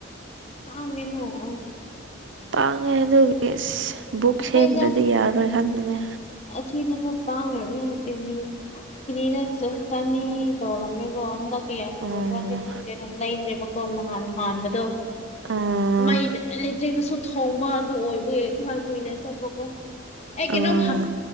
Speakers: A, on the left (about 35°); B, on the right (about 80°).
A: ꯇꯥꯡꯉꯦꯅꯣ ꯑꯣ
B: ꯇꯥꯡꯉꯦ ꯑꯗꯨꯒꯤ ꯑꯁ ꯕꯨꯛ
A: ꯑꯩꯈꯣꯏꯗ
B: ꯁꯦꯝꯗ꯭ꯔꯗꯤ ꯌꯥꯔꯣꯏ ꯈꯟꯕꯅꯦ
A: ꯑꯁꯤꯗꯁꯨ ꯇꯥꯡꯉꯔꯤ ꯇꯦꯅꯤꯅ ꯀꯔꯤꯔ ꯆꯁ ꯆꯅꯤ ꯇꯧꯔꯝꯃꯦꯕꯣ ꯍꯟꯗꯛ <unintelligible>
B: ꯎꯝ
A: ꯈꯪꯗꯦ ꯑꯗꯨꯝ ꯂꯩꯇ꯭ꯔꯦꯕꯀꯣ ꯅꯍꯥꯟ ꯍꯥꯟꯕꯗꯣ
B: ꯎꯝ
A: ꯃꯩ ꯏꯂꯤꯇ꯭ꯔꯤꯗꯁꯨ ꯊꯣꯡꯕ ꯑꯗꯨ ꯑꯣꯏꯕꯒꯤ ꯈꯔ ꯀꯨꯏꯅ ꯆꯠ ꯄꯀꯣ ꯑꯩ ꯀꯩꯅꯣꯝ
B: ꯎꯝ